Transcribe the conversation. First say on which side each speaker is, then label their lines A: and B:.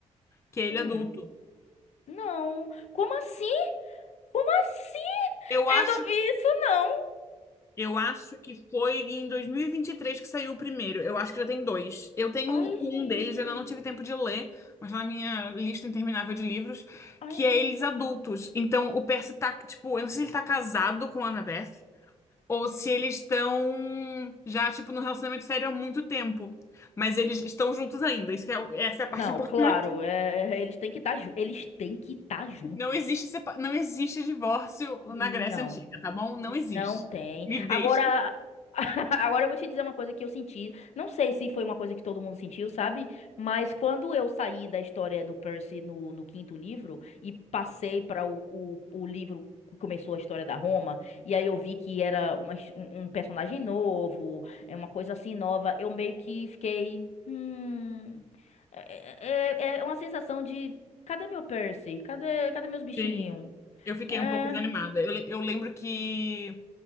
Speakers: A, on the left; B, on the left.
A: que é ele
B: Hum,
A: adulto.
B: não. Como assim? Como assim?
A: Eu
B: Eu
A: acho
B: não vi
A: que,
B: isso, não.
A: eu acho que foi em 2023 que saiu o primeiro. Eu acho que já tem dois. Eu tenho
B: Ai,
A: um, um
B: gente.
A: deles, eu ainda não tive tempo de ler, mas tá na minha lista interminável de livros,
B: Ai,
A: que é
B: gente.
A: eles adultos. Então o Percy tá, tipo, eu não sei se ele tá casado com a Annabeth. Ou se eles estão já, tipo, num relacionamento sério há muito tempo. Mas eles estão juntos ainda. Isso que é, essa é a parte
B: Não,
A: importante.
B: claro, é, é, eles têm que estar, eles têm que estar juntos.
A: Não existe, sepa- não existe divórcio
B: Não.
A: na Grécia Antiga, tá bom? Não existe.
B: Não tem.
A: Me deixe.
B: Agora, <laughs> agora eu vou te dizer uma coisa que eu senti. Não sei se foi uma coisa que todo mundo sentiu, sabe? Mas quando eu saí da história do Percy no, no quinto livro e passei para o, o, o livro que começou a história da Roma, e aí eu vi que era uma his- um, um personagem novo, é uma coisa assim nova, eu meio que fiquei. "Hum, é, é, é uma sensação de. Cadê meu Percy? Cadê, cadê meus bichinhos?
A: Sim. Eu fiquei
B: É,
A: um pouco desanimada. Eu, le- eu lembro que